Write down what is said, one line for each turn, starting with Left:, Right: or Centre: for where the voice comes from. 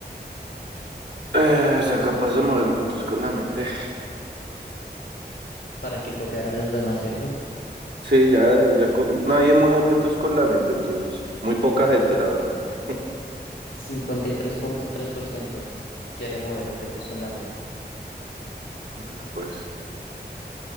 Right: Eh, ser capaz de mover objetos con la mente.
Left: para que copiar a los demás, ¿cierto?
Right: Sí, ya, ya con nadie mueve objetos con la mente, entonces. Muy poca gente, la verdad. <laughs>
Left: cincuenta y tres tres punto tres por ciento quiere mover objetos con la mente.
Right: Bueno, pues.